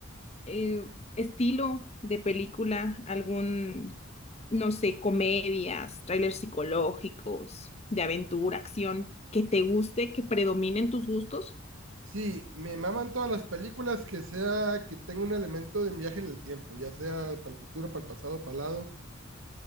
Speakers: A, on the left (about 30°); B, on the right (about 75°).
A: eh, estilo de película, algún, no sé, comedias, trailers psicológicos, de aventura, acción, que te guste, que predominen tus gustos.
B: Sí, me maman todas las películas que sea que tenga un elemento de viaje en el tiempo, ya sea para el futuro, para el pasado, para el lado,